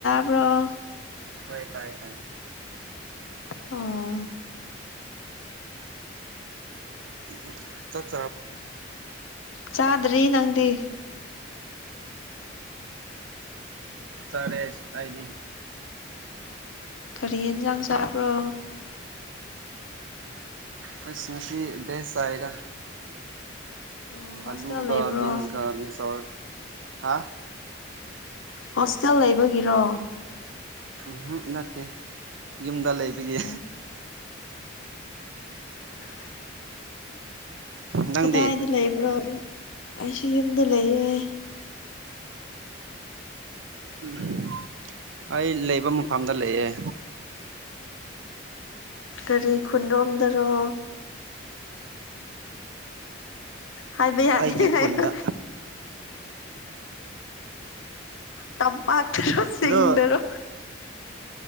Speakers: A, on the left; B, on the right.
A: ꯎꯔꫭ
B: ꯍꯣꯏꯣꯏ ꯇ ꯇ
A: ꯑꯣ
B: ꯎ ꯆ <unintelligible>
A: ꯆꯥꯗ꯭ꯔꯤ ꯅꯪꯗꯤ
B: ꯆꯔꯦ ꯍꯥꯏꯗꯤ
A: ꯀꯔꯤ ꯌꯦꯟꯁꯥꯡ ꯆꯥꯕ꯭ꯔꯣ
B: ꯃꯁꯤꯄꯤ ꯕꯦꯁꯥꯏꯗ
A: ꯑꯣ ꯍꯣꯁꯇꯦꯜ
B: ꯑꯂꯨꯒ
A: ꯂꯩꯕ꯭ꯔꯣ
B: ꯕꯤꯟꯁ ꯀ ꯃꯤꯛꯁ ꯍꯥ
A: ꯍꯣꯁꯇꯦꯜ ꯂꯩꯕꯒꯤꯔꯣ
B: ꯎꯝ ꯅꯠꯇꯦ ꯌꯨꯝꯗ ꯂꯩꯕꯒꯤ
A: ꯑꯣ <unintelligible>
B: ꯅꯪꯗꯤ
A: ꯀꯗꯥꯏꯗ ꯂꯩꯕ꯭ꯔꯣ ꯑꯩꯁꯨ ꯌꯨꯝꯗ ꯂꯩꯌꯦ
B: ꯎꯝ ꯑꯩ ꯂꯩꯕ ꯃꯐꯝꯗ ꯂꯩꯑꯦ
A: ꯀꯒꯥꯔꯤ ꯈꯨꯟꯔꯣꯝꯗꯔꯣ ꯍꯥꯏꯕ ꯌꯥꯗꯦ
B: ꯑꯩꯒꯤ
A: ꯍꯥꯏꯌꯣ
B: ꯈꯨꯟꯗ
A: ꯇꯝꯄꯥꯛꯇꯔꯣ ꯆꯤꯡꯗꯔꯣ
B: ꯑꯗꯣ